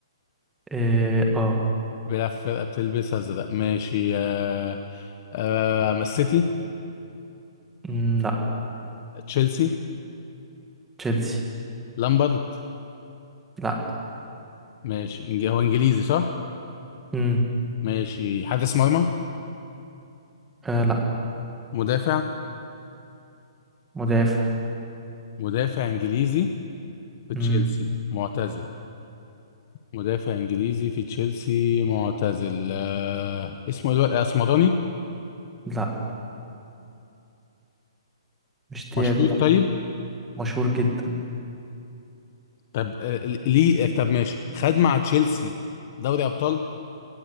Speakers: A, in the centre; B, on the left.
A: إيه، اه
B: بيلعب في فرقه بتلبس ازرق ماشي آه، آه، من السيتي
A: مم، لا
B: تشيلسي
A: تشيلسي
B: لامبرد
A: لا
B: ماشي إنج... هو انجليزي صح
A: مم،
B: ماشي حارس مرمى
A: آه لا
B: مدافع
A: مدافع
B: مدافع انجليزي في
A: مم.
B: تشيلسي معتزل مدافع انجليزي في تشيلسي معتزل آه... اسمه الوقت اسمراني
A: لا مش تياجو
B: مشهور
A: لا
B: طيب
A: مشهور جدا
B: طب آه... ليه آه، طب ماشي خد مع تشيلسي دوري ابطال